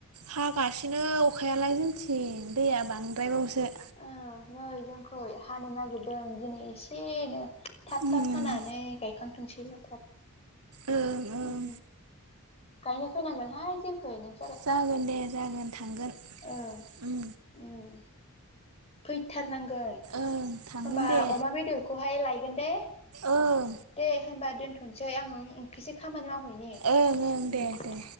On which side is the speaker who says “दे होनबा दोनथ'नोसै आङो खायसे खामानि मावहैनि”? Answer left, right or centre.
Left